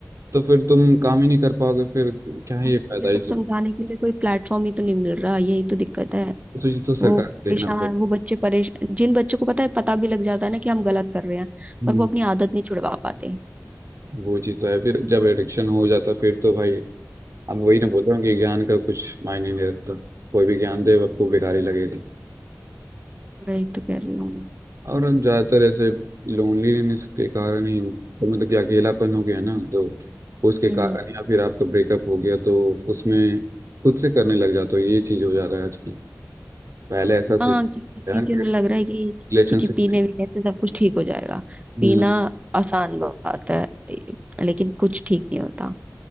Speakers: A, on the right (about 70°); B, on the right (about 25°).
A: तो फिर तुम काम ही नहीं कर पाओगे फिर क्या ही
B: उनको
A: एक फायदा
B: ये सब
A: ये सब
B: समझाने के लिए कोई प्लेटफॉर्म ही तो नहीं मिल रहा यही तो दिक्कत है
A: तो चीज तो सरकार
B: वो
A: को
B: परेशान
A: देखना पड़ेगा
B: वो बच्चे परेशान जिन बच्चों को पता है पता भी लग जाता है ना कि हम गलत कर रहे हैं
A: हम्म।
B: पर वो अपनी आदत नहीं छुड़वा पाते
A: वो चीज़ तो है फिर जब एडिक्शन हो जाता है, फिर तो भाई अब वही ना बोल रहा हूँ कि ज्ञान का कुछ मायने नहीं रखता कोई भी ज्ञान दे आपको बेकार ही लगेगा
B: वही तो कह रही हूँ
A: और ज़्यादातर ऐसे लोनलीनेस के कारण ही तो मतलब कि अकेलापन हो गया ना तो उसके
B: हम्म
A: कारण या फिर आपका ब्रेकअप हो गया तो उसमें खुद से करने लग जाता हो ये चीज़ हो जा रहा है आजकल पहले ऐसा सिस्टम
B: हाँ क्योंकि क्योंकि
A: यार कि
B: उन्हें लग रहा है कि
A: रिलेशनशिप
B: क्योंकि पीने वीने से सब कुछ ठीक हो जाएगा
A: हम्म
B: पीना आसान बात है ए- लेकिन कुछ ठीक नहीं होता